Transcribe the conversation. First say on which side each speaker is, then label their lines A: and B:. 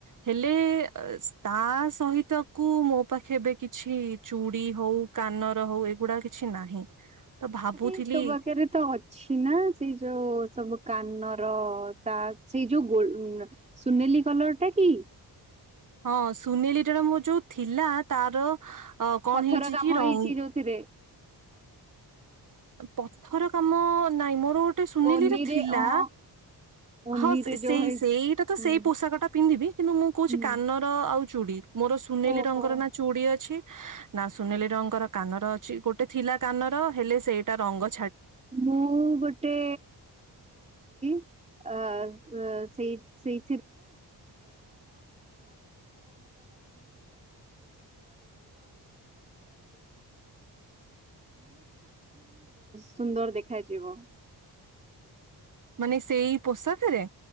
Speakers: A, on the right; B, on the right.
A: ହେଲେ-ଏ-ଏ-ଏ ତା ସହିତ କୁ ମୋ ପାଖେ ଏବେ କିଛି ଚୁଡି ହଉ କାନର ହଉ ଏଗୁଡା କିଛି ନାହିଁ। ତ ଭାବୁଥିଲି
B: ଆରେ ତୋ ପାଖରେ ତ ଅଛି ନା ସେଇ ଯୋଉ ସବୁ କାନର ତା ସେଇ ଯୋଉ ଗୋ ଉ-ଉ-ଉ ସୁନେଲି କଲର ଟା କି
A: ହଁ ସୁନେଲିଟାର ମୋର ଯୋଉ ଥିଲା ତାର ଅ କଣ
B: ପଥର
A: ହେଇଛି
B: କାମ
A: କି ରଙ୍ଗ
B: ହେଇଛି ଯୋଉଥିରେ
A: ପଥର କାମ ନାଇଁ ମ ମୋର ଗୋଟେ ସୁନିଲିର
B: ଓନିରେ
A: ଥିଲା।
B: ହଁ ଓନିରେ
A: ହଁ ସେ ସେଇ
B: ଯୋଉ ହେଇଛି
A: ସେଇଟା ତ
B: ହୁଁ
A: ସେଇ ପୋଷାକ ଟା ପିନ୍ଧିବି କିନ୍ତୁ ମୁଁ କହୁଛି
B: ହୁଁ
A: କାନର ଆଉ ଚୁଡ଼ି ମୋର ସୁନେଲି
B: ଓହୋ।
A: ରଙ୍ଗର ନା ଚୁଡ଼ି ଅଛି। ନା ସୁନେଲି ରଙ୍ଗର କାନର ଅଛି। ଗୋଟେ ଥିଲା କାନର ହେଲେ ସେଇ ତା ରଙ୍ଗ
B: ମୁଁ ଗୋଟେ ଅ ସେଇ ସେଇ ସୁନ୍ଦର ଦେଖାଯିବ। <inaudible>
A: ମାନେ ସେଇ ପୋଷାକରେ?